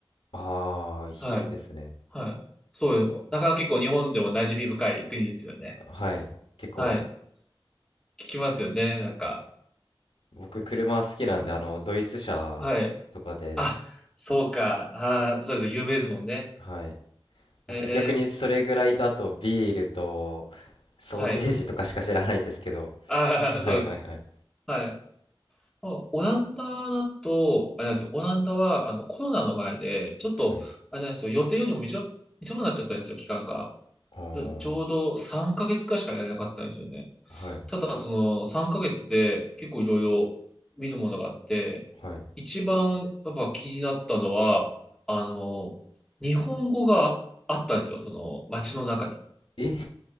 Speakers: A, on the left; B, in the centre.
A: ああー、
B: はい、
A: いいですね。
B: はい。そうよ。なかなか結構日本でも馴染み深い国ですよね。
A: はい。結構、
B: はい。聞きますよね、なんか。
A: 僕、車好きなんで、
B: はい。
A: あの、ドイツ車とかで、
B: はいあ、そうか。あー、そうです。有名ですもんね。
A: はい。まあす逆にそれぐらいと、
B: え
A: あとビールと、ソーセージとかしか知らないですけど。
B: ー、はい。ああ、そう。
A: はいはいはい。
B: はい。あオランダだと、あれなんですよ、オランダはあのコロナの前で、ちょっと、
A: はい。
B: あれなんですよ、予定よりも短く、短くなっちゃったんですよ、期間が。
A: おー、
B: ちょうど3ヶ月くらいしかやれなかったんですよね。
A: はい、
B: ただ、その3ヶ月で結構いろいろ見るものがあって、
A: はい。
B: 一番やっぱ気になったのは、あの、日本語があったんですよ、その街の中に。
A: え <laughs>